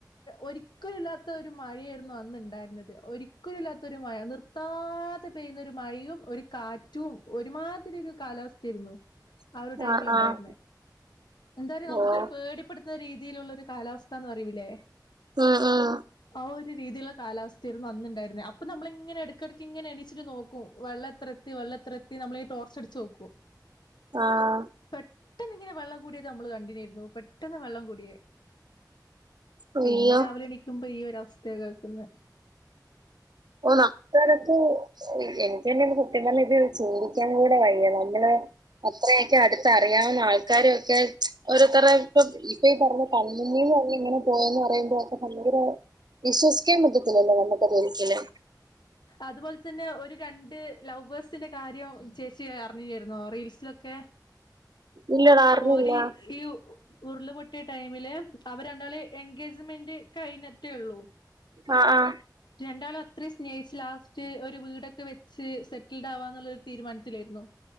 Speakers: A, on the left; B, on the right.
A: ഒരിക്കല ഇല്ലാത്ത ഒരു മഴയായിരുന്നു അന്നുണ്ടായിരുന്നത് ഒരി ക്കലുല്ലാത്ത ഒരു മഴ നിർത്താതെ പെയ്യുന്ന ഒരു മഴയും ഒരു കാറ്റും ഒരുമാതിരി ഒരു കാലാവസ്ഥയിരുന്നു.
B: <unintelligible>
A: ആ ഒരു ടൈമിൽ ഉണ്ടായിരുന്നേ
B: ആഹ്
A: എന്തായും നമുക്കൊരു
B: ഓഹ്
A: പേടിപ്പെടുത്തുന്ന രീതിയിലുള്ള ഒരു കാലാവസ്ഥന്ന് പറയിലേ
B: ഉം ഉം
A: ആ ഒരു രീതിലുള്ള കാലാവസ്ഥരു ന്നുണ്ടായിരുന്നേ അപ്പൊ നമ്മളങ്ങനെ എടക്ക് എടക്ക്ട്ക്ക ഇങ്ങെ എണിച്ച്നോക്കും വെള്ളം എത്ര എത്തി വെള്ള എത്ര എത്തി നമ്മളി ടോർച്ചടിച്ച് നോക്കും.
B: ആഹ
A: പെട്ടെന്ന് ഇങ്ങനെ വെള്ളം കൂടിയത് നമ്മള് കണ്ടില്ലായിരുന്നു. പെട്ടെന്ന് വെള്ളം കൂടിയേ
B: അയ്യോ
A: പിന്നെ രാവിലെ എണീക് നിക്കുമ്പോ ഈ ഒര അവസ്ഥയ കേൾക്കന്ന്
B: ഓ അത്തരത്തി എനിക്ക് തന്നെ കുട്ടി പറ ഇത് ചോതിക്കാൻ കൂടെ വയ്യ നമ്മള് അത്രയൊക്കെ അടുത്ത അറിയാവുന്ന ആൾക്കാരൊക്കെ ഓരോത്തര ഇപ്പ ഈ പറഞ്ഞ കണ്മുന്നീന്ന് നമ്മൾ ഇങ്ങനെ പോയന്ന് പറയുമ്പോ ഒക്കെ ഭയങ്കര വിശ്വസിക്കാൻ പറ്റത്തില്ലല്ലോ ഞമ്മക്കത് ഒരിക്കലും
A: അതുപോൽ തന്നെ ഒരു രണ്ട് ലൗ ബേഴ്സിൻ്റെ കാര്യം ചേച്ചി അറിഞ്ഞില്ലായിരുന്നോ റീൽസിലൊക്കെ?
B: ഇല്ലടാ അറിഞ്ഞില്ല
A: ഓരീ യൂ ഉരുള് പൊട്ടിയ ടൈമില്, അവര് രണ്ടാല് എൻഗേജ്മെന്റ് കഴിഞ്ഞിട്ടേള്ളു.
B: ആഹ ആഹ
A: രണ്ടാളും അത്രയും സ്നേഹിച്ച്. ലാസ്റ്റ് ഒരു വീടൊക്കെ വെച്ച് സെറ്റിൽഡ് ആവാ എന്നുള്ള തീരുമാനത്തിലായിരുന്നു.